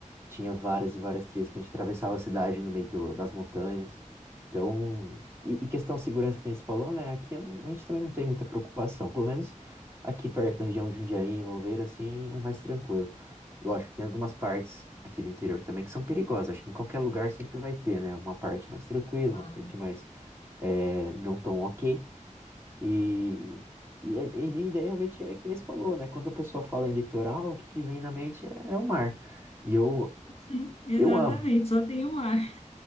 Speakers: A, on the right; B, on the left.
A: Tinha várias e várias trilhas que a gente atravessava a cidade no meio do- das montanhas. Então, e, e questão de segurança que nem você falou, né? Aqui eu não- a gente também não tem muita preocupação. Pelo menos aqui perto da região de Jundiaí, em Louveira, assim, é mais tranquilo. Lógico, tem algumas partes aqui do interior também que são perigosas. Acho que em qualquer lugar sempre vai ter, né? Uma parte mais tranquila,
B: Claro.
A: uma parte mais eh, não tão ok. E, e, é- e minha ideia realmente é que nem você falou, né? Quando a pessoa fala em litoral, o que, que vem na mente é, é o mar. E eu,
B: Hum, exatamente,
A: eu amo.
B: só tem o mar.